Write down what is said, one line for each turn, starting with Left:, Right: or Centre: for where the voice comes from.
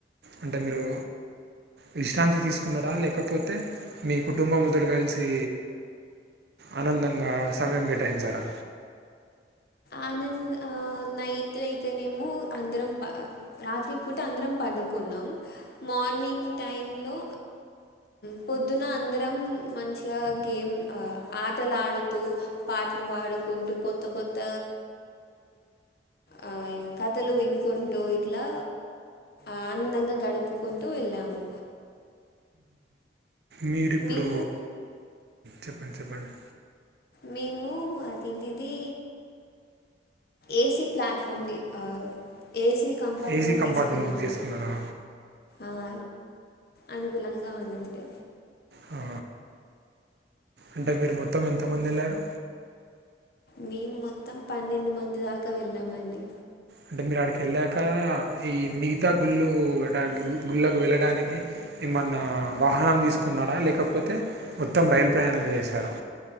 Right: అంటే మీరు విశ్రాంతి తీసుకున్నారా లేకపోతే మీ కుటుంబంతోటి కలిసి ఆనందంగా సమయం కేటాయించారా
Left: ఆనంద్ ఆ నైట్ అయితేనేమో అందరం రాత్రి పూట అందరం పడుకున్నాం మార్నింగ్ టైమ్లో పొద్దున అందరం మంచిగా గేమ్ ఆటలాడుతూ పాటలు పాడుకుంటూ కొత్త కొత్త ఆ కథలు వినుకుంటూ ఇట్లా ఆనందంగా గడుపుకుంటూ వెళ్ళాము
Right: మీరిప్పుడు
Left: మేము
Right: చెప్పండి చెప్పండి
Left: మేము అదేంటిది ఏసి ప్లాట్ఫార్మ్ని AC compartment
Right: AC compartment
Left: తీసుకుందామండి
Right: book చేసుకున్నారా
Left: ఆహా అనుకూలంగా ఉండుంటే
Right: హా అంటే మీరు మొత్తం ఎంతమంది వెళ్ళారు
Left: మేము మొత్తం పన్నెండు మంది దాకా వెళ్ళామ అండి
Right: అంటే మీరు అడికి వెళ్ళాక ఈ మిగతా గుళ్ళు అ గుళ్ళకి వెళ్ళడానికి ఏమన్నా వాహనం తీసుకున్నారా లేకపోతే మొత్తం రైల్ ప్రయాణమే చేశారా